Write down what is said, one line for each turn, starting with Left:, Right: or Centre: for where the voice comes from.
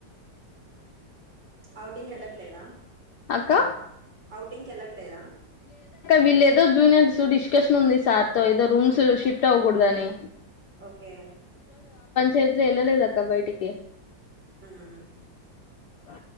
Right: ఔటింగ్ ఎళ్ళట్లేదా
Left: అక్క
Right: ఔటింగ్కి వెళ్ళట్లేదా
Left: వీళ్ళ ఏదో జూనియర్స్ డిస్కషన్ ఉంది సార్ తో ఏదో రూమ్స్ షిఫ్ట్ అవ్వకూడదని
Right: ఒకే
Left: చైత్ర ఎల్లలేదక్క బయటికి
Right: ఉమ్
Left: అ